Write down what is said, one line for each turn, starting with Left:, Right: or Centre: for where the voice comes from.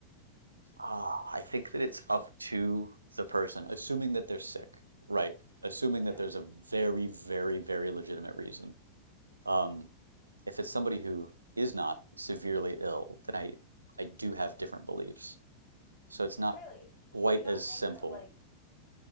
Right: ah, I think that it's up to the person, assuming that they're sick, right? Assuming that
Left: Yeah.
Right: there's a very, very, very legitimate reason. Um, if it's somebody who is not severely ill, then I, I do have different beliefs. So it's not
Left: Really.
Right: quite
Left: Do you not
Right: as simple
Left: think that like